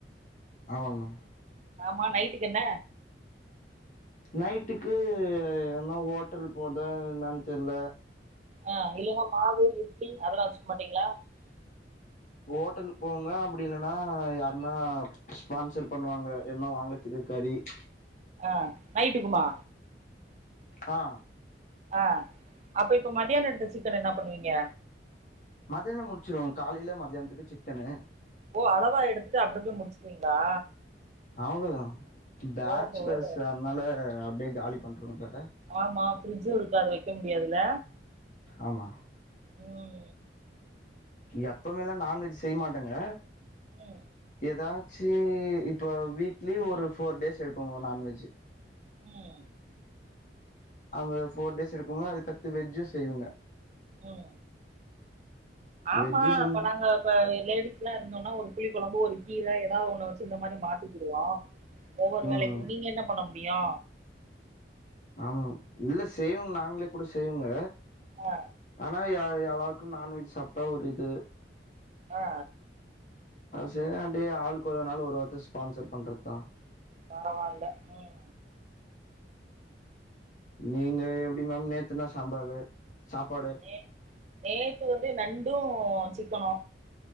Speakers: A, on the left; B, on the right.
A: ஆமாங்க
B: ஆமா நைட்டுக்கு என்ன
A: நைட்டுக்கு என்ன ஓட்டல் போறதா என்னான்னு தெரில
B: ஆ இல்லன்னா மாவு இட்லி அதெல்லா வச்சுக்க மாட்டீங்களா
A: ஓட்டலுக்கு போங்க அப்படி இல்லன்னா யாருன்னா ஸ்பான்சர் பண்ணுவாங்க எனா வாங்கறதுக்கு கறி இ
B: ஆ நைட்டுக்குமா
A: ஆ
B: ஆ அப்ப இப்ப மதியான எடுத்த சிக்கன் என்ன பண்ணுவீங்க
A: மதியானம் முடிச்சிருவோ காலையில மதியானத்துக்கு சிக்கனு
B: ஓ அளவா எடுத்துட்டு அப்டி அப்டியே முடிச்சுக்குவீங்களா
A: அவ்ளோதா பேச்சலர்ஸ்
B: ஓஹோ
A: அதனால அப்டியே காலி பண்றாங்க
B: ஆமா ஃபிரிட்ஜு இருக்காது வைக்க முடியாதுல
A: ஆமா
B: ம்
A: எப்பவுமே எல்லா நான்வெஜ் செய்ய மாட்டங்க
B: ம்
A: ஏதாச்சு இப்ப வீக்லி ஒரு ஃபோர் டேஸ் எடுக்கு நான்வெஜ்
B: ம்
A: அவங்க ஃபோர் டேஸ் எடுப்போங்களா அதுக்கத்து வெஜ்ஜு செய்வங்க
B: ம் ஆமா
A: வெஜ்ஜு செஞ்
B: இப்ப நாங்க இப்ப லேடிஸ் எல்லாம் இருந்தோம்னா ஒரு புளி கொழம்பு ஒரு கீர தா ஒன்ன வச்சி இந்த மாதி மாட்டிகிடுவோ ஒவ்வொரு
A: ம்
B: வேலைக்கு நீங்க என்ன பண்ண வியா
A: ஆமா இல்ல செய்வங்க நாங்களே கூட செய்வங்க
B: ஆ
A: ஆனா எல்லாருக்கு நான்வெஜ் சாப்ட்டா ஒரு இது
B: ஆ
A: ச ஆளுக்கு ஒரு நாள் ஒரு வாரத்த ஸ்பான்சர் பண்றதா
B: பரவால்ல ம்
A: நீங்க எப்டி மேம் நேத்துனா சாம்பாரு சாப்பாடு
B: நே நேத்து வந்து நண்டு சிக்கணு